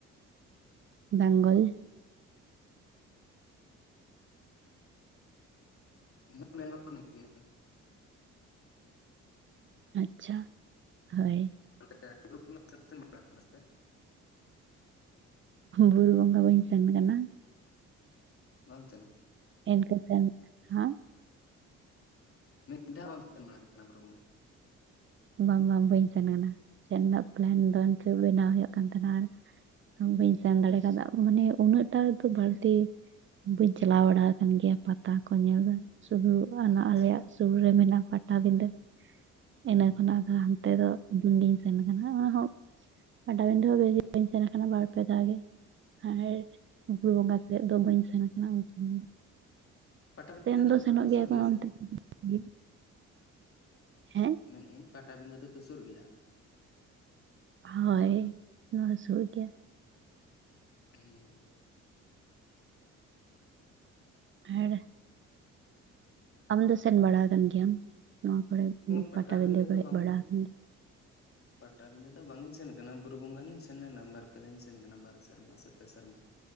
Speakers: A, on the right; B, on the left.
A: ᱵᱮᱝᱜᱚᱞ
B: ᱤᱧ ᱵᱮᱝᱜᱚᱞ ᱜᱮ
A: ᱟᱪᱪᱷᱟ ᱦᱳᱭ
B: <unintelligible>
A: ᱵᱩᱨᱩ ᱵᱚᱸᱜᱟ ᱵᱟᱹᱧ ᱥᱮᱱ ᱠᱟᱱᱟ᱾
B: ᱵᱟᱢ ᱪᱟᱞᱟ
A: ᱥᱮᱱ ᱦᱮᱸ
B: ᱢᱤᱫ ᱫᱷᱟ ᱵᱟᱢᱴᱭ ᱥᱮᱱ ᱵᱟᱲᱟ ᱟᱠᱟᱱᱟ ᱵᱩᱨᱩ ᱵᱚᱸᱜᱟ?
A: ᱵᱟᱝ ᱵᱟᱝ ᱵᱟᱹᱧ ᱥᱮᱱ ᱟ ᱥᱮ ᱮᱫ ᱨᱮᱱᱟᱜ ᱯᱞᱮᱱ ᱫᱚ ᱱᱤᱱᱠᱟᱹ ᱵᱮᱱᱟᱣ ᱦᱩᱭᱩᱜ ᱠᱟᱱ ᱛᱟᱦᱮᱱᱟ ᱵᱟᱹᱧ ᱥᱮᱱ ᱫᱟᱲᱮ ᱠᱟᱣᱫᱟ ᱢᱟᱱᱮ ᱩᱱᱟᱹᱜᱴᱟᱛ ᱵᱟᱹᱲᱛᱤ ᱵᱟᱹᱧ ᱪᱟᱞᱟᱣ ᱵᱟᱲᱟ ᱟᱠᱟᱱ ᱜᱮᱭᱟ ᱯᱟᱛᱟ ᱠᱚ ᱧᱮᱞ ᱫᱚ ᱥᱩᱫᱷᱩ ᱚᱱᱟ
B: ᱟᱪᱪᱷᱟ
A: ᱟᱞᱮᱭᱟᱜ ᱥᱩᱨ ᱨᱮ ᱢᱮᱱᱟᱜᱼᱟ᱾ ᱯᱟᱴᱟᱵᱤᱸᱫᱟᱹ
B: ᱦᱩᱸ
A: ᱤᱱᱟᱹ
B: ᱦᱩᱸ
A: ᱠᱷᱚᱱᱟᱜ ᱫᱚ ᱦᱟᱱᱛᱮ ᱫᱚ ᱫᱤᱱ ᱜᱤᱧ ᱥᱮᱱ ᱠᱟᱱᱟ ᱚᱱᱟ ᱦᱚᱸ ᱯᱟᱴᱟᱵᱤᱰᱟᱹ ᱦᱚᱸ ᱵᱮᱥᱤᱧ ᱥᱮᱱ ᱠᱟᱱᱟ ᱵᱟᱨ-ᱯᱮ ᱫᱷᱟᱣ ᱜᱮ ᱟᱨ
B: ᱦᱩᱸ
A: ᱵᱩᱨᱩ ᱵᱚᱸᱜᱟ ᱥᱮᱫ ᱫᱚ ᱵᱟᱹᱧ ᱥᱮᱱ ᱠᱟᱱᱟ᱾ ᱩᱱ ᱥᱟᱜᱤᱧ ᱫᱚ
B: ᱯᱟᱴᱟᱵᱤᱸᱫᱟᱹ
A: ᱥᱮᱱ ᱫᱚ
B: ᱛᱚᱵᱮ
A: ᱥᱮᱱᱚᱜ
B: ᱯᱮ
A: ᱜᱮᱭᱟ
B: ᱥᱩᱨ ᱥᱮ
A: ᱤᱥᱜᱮ ᱦᱮᱸ
B: ᱢᱮᱱᱮᱜ ᱟᱹᱧ ᱯᱟᱴᱟᱵᱤᱸᱫᱟᱹ ᱫᱚ ᱯᱮ ᱥᱩᱨ ᱜᱮᱭᱟ?
A: ᱦᱳᱭ, ᱱᱚᱣᱟ ᱥᱩᱨ ᱜᱮᱭᱟ᱾
B: ᱚᱦ
A: ᱟᱨ ᱟᱢ ᱫᱚ ᱥᱮᱱ ᱵᱟᱲᱟ ᱟᱠᱟᱱ ᱜᱮᱭᱟᱢ? ᱱᱚᱣᱟ ᱠᱚᱨᱮᱜ
B: ᱯᱟᱴᱟᱵᱤᱸᱫᱟᱹ
A: ᱯᱟᱴᱟᱵᱤᱸᱫᱷᱟᱹ ᱠᱚ
B: ᱫᱚ
A: ᱦᱮᱡ
B: ᱵᱟᱝ
A: ᱵᱟᱲᱟ ᱟᱠᱟᱱ ᱜᱮᱭᱟ?
B: ᱯᱟᱴᱟᱵᱤᱸᱫᱟᱹ ᱫᱚ ᱵᱟᱝ ᱤᱧ ᱥᱮᱱ ᱠᱟᱱᱟ ᱵᱩᱨᱩ ᱵᱚᱸᱜᱟ ᱜᱤᱧ ᱥᱮᱱ ᱞᱮᱱᱟ ᱵᱟᱨᱯᱮ ᱫᱷᱟᱣᱧ ᱥᱮᱱ ᱠᱟᱱᱟ ᱵᱟᱨ ᱥᱮᱨᱢᱟ ᱥᱮ ᱯᱮ ᱥᱮᱨᱢᱟ